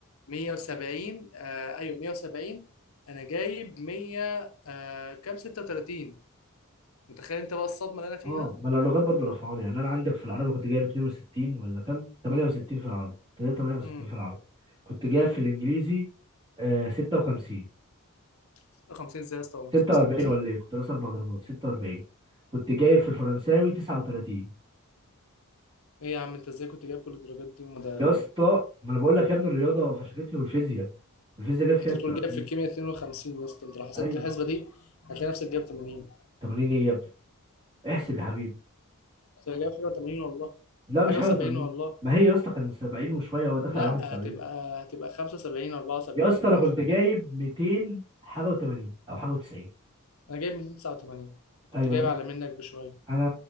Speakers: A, on the left; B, on the right.
A: 170 آه ايوه 170 انا جايب 100 آه كام 36 متخيل انت بقى الصدمه اللي انا فيها
B: اه بلا اللغات برضه رفعوني يعني انا عندك في العربي كنت جايب 62 ولا كام 68 في العربي كنت جايب 68
A: امم
B: في العربي كنت جايب في الانجليزي آه 56
A: 56 ازاي يا اسطى هو من
B: 46
A: 50 اصلا
B: ولا ايه كنت ناقص اربع درجات 46 كنت جايب في الفرنساوي 39
A: ايه يا عم انت ازاي كنت جايب كل الدرجات دي وما ده
B: يا اسطى ما انا بقول لك يا ابني الرياضه فشختني والفيزياء الفيزياء جاب فيها
A: انت
B: 42
A: بتقول جايب في الكيمياء 52 يا اسطى انت لو حسبت
B: ايوه
A: الحسبه دي هتلاقي نفسك جايب 80
B: 80 ايه يا ابني احسب يا حبيبي
A: هتبقى جايب حاجه و80 والله
B: لا مش
A: حاجه
B: حاجه
A: و70
B: 80
A: والله
B: ما هي يا اسطى كان 70 وشويه هو داخل
A: لا
B: على 71
A: هتبقى هتبقى 75 74
B: يا اسطى
A: في الرينج
B: انا كنت جايب 200 حاجه و80 او حاجه و90
A: انا جايب 289 كنت
B: ايوه
A: جايب
B: انا
A: اعلى منك بشويه
B: انا